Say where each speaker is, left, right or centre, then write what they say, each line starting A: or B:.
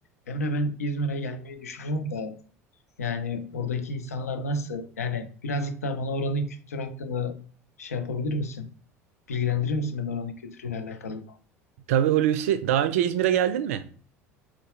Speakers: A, on the left; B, on the right.
A: Emre ben İzmir'e gelmeyi düşünüyorum da yani oradaki insanlar nasıl? Yani birazcık daha bana oranın kültürü hakkında şey yapabilir misin? Bilgilendirir misin beni oranın kültürüyle alakalı?
B: Tabii Hulusi daha önce İzmir'e geldin mi?